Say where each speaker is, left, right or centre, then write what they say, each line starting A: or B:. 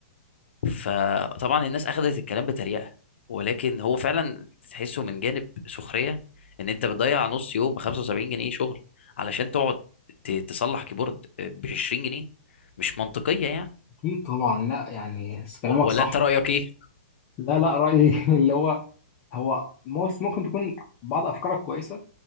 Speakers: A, on the left; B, on the left.
A: فطبعا الناس اخذت الكلام بتريقه ولكن هو فعلا تحسه من جانب سخريه ان انت بتضيع نص يوم ب 75 جنيه شغل علشان تقعد ت- تصلح كيبورد ب 20 جنيه مش منطقيه يعني
B: اكيد طبعا لا يعني بس كلامك
A: و- ولا
B: صح
A: انت رأيك ايه
B: لا لا رايي <laughs> اللي هو هو موس ممكن تكون بعض افكارك كويسه